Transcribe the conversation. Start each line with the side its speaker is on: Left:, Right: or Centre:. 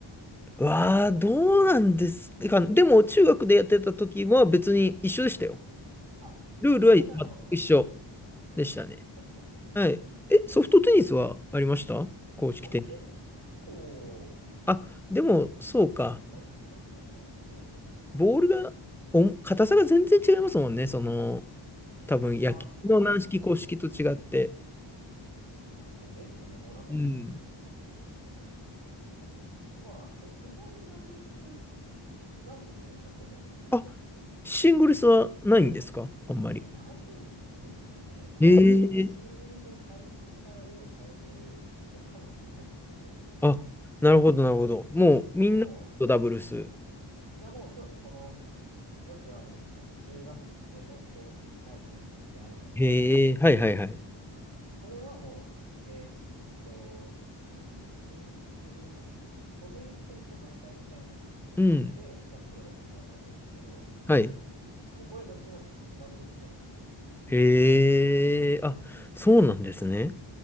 Centre: わあ、どうなんですか。でも、中学でやってた時は別に一緒でしたよ。
Right: あ、
Centre: ルールは全く一緒
Right: まあじゃあまあ、
Centre: でしたね。
Right: そっかそっか。
Centre: はい。え、ソフトテニスはありました公式テニス。
Right: あ、もう結構
Centre: あ、でも、そうか。
Right: 違った気がしますね。
Centre: ボールが、お、硬さが全然違いますもんね。その、多分野球の軟式硬式と違って。
Right: あ、そうですね。え、ですね。もうなんか、
Centre: うん
Right: まあ、でも基本ダブルスなんですよね、ソフトテニスって。
Centre: あシングルスはないんですかあんまり。
Right: え、ないですね。本当にシングルスの大会は用意されてるのかもしれないんですけど、
Centre: ええあ、なるほど、なるほど。もうみんなとダブルス。
Right: でも、いやもうそうですね。この、よくある、その中学生の公式大会ってあるじゃないですか。
Centre: へえ、はいはいはい。
Right: それはもう、えーっと、シングル、個人戦と団体戦
Centre: うん。
Right: で2つ大きく分かれてるんですけど、
Centre: はい。
Right: もうこれどっちもダブルスですね。
Centre: へえ、あ、そうなんですね。